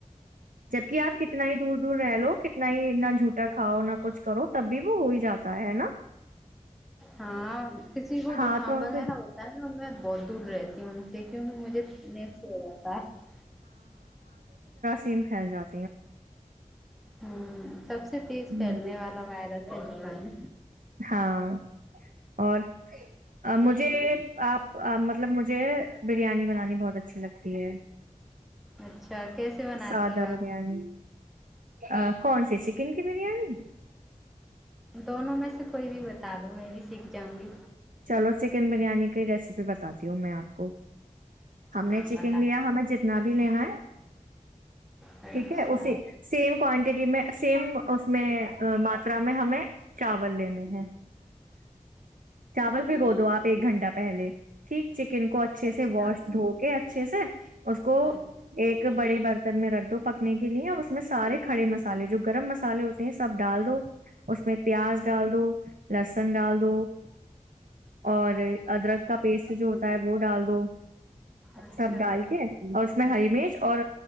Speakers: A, on the right (about 85°); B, in the centre.
A: جبک آپ کتنا ہی دور دور رہ لو کتنا ہی نہ جھوٹا کھاؤ نہ کچھ کرو تب بھی وہ ہو ہی جاتا ہے ہے نا
B: ہاں کسی کو
A: ہاتھوں
B: زکام وغیرہ
A: سے
B: ہوتا ہے نا بہت دور رہتی ہوں ان سے کیونکہ مجھے نیس ہو جاتا ہے
A: سمھیل جاتا
B: ہوں <unintelligible> سب سے تیز
A: ہوں
B: پھیلنے والا وائرس ہے زکان
A: ہاں اور مجھے آپ مطلب مجھ مج بریانی بنانی بہت اچھی لگ ہے تی ہے
B: اچھا کیسے بناتی
A: سادہ
B: ہو آپ
A: بریانی ا کون سی چیکن بریانی
B: دونوں میں سے کوئی بھی بتا دوں میں بھی سیکھ جاؤں گی
A: چلو چکن بریانی کی ریسیپی بھی بتاتی ہوں میں آپ کو ہم
B: ہاں
A: نے چکن
B: بتا
A: لیا ہمیں جتنا بھی لینا ہے
B: اچھا
A: ٹھیک ہے اسی سیم کوانٹیٹی میں سیم اس میں ماترا میں ہمیں چاول لینے ہیں چاول بھیگو دو آپ ایک گھنٹہ پہ پہلے ٹھیک چکن کو اچھے
B: اچھا
A: سے واش دھو کے اچھے سے اس کو
B: اچھا
A: ایک بڑے برتن میں رکھ دو پکنے کے لیے اور اس میں سارے کھڑے مسالے جو گرم مسالے ہوتے ہیں سب ڈال دو اس میں پیاز ڈال دو لسن ڈال دو دو اور ادرک کا پیسٹ جو ہوتا ہے وہ ڈال دو
B: اچھا
A: سب ڈال
B: اچھا
A: کے اور اس میں ہری مرچ اور